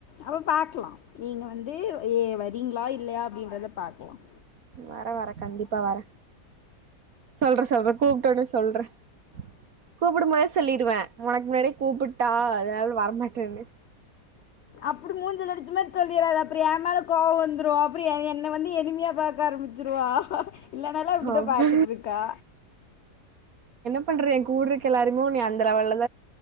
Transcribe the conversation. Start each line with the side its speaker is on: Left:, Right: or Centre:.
Left: அ பாக்கலாம் நீங்க வந்து ஏ வரீங்களா இல்லையா அப்படின்றத பாக்கலாம்
Right: வர வரே கண்டிப்பா வரே சொல்றேன் சொல்றேன் கூப்பிட்டோன்னு சொல்றன் கூப்பிடும் போதே சொல்லிடுவேன் உனக்கு முன்னாடிே கூப்பிட்டா அதனால வரமாட்டேன்னு
Left: அப்படி மூஞ்சுல அடிச்ச மாதிரி சொல்லிடத அப்பறம் ஏ மேல கோவம் வந்து அப்படி என்ன வந்து எனிமியா பாக்க ஆரம்பிச்சிருவா இல்லனால அப்படிதான்
Right: அப்ப
Left: பாத்துட்டு இருக்கா
Right: பண்றன் எனக்கு கூடு இருக்கு எல்லரும நீ அந்தலவலான்